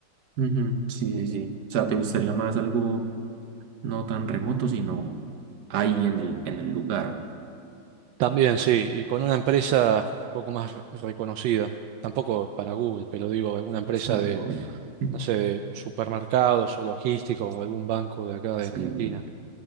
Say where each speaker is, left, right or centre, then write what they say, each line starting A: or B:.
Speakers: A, on the right; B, on the right.
A: Ujú, Sí, sí, sí. O sea, ¿te gustaría más algo no tan remoto, sino ahí en el, en el lugar?
B: También, sí, y con una empresa un poco más reconocida, tampoco para Google, pero digo, alguna empresa
A: Sí,
B: de,
A: obvio. <laughs>
B: no sé, de supermercados o logísticos o algún banco de acá de
A: Sí,
B: Argentina.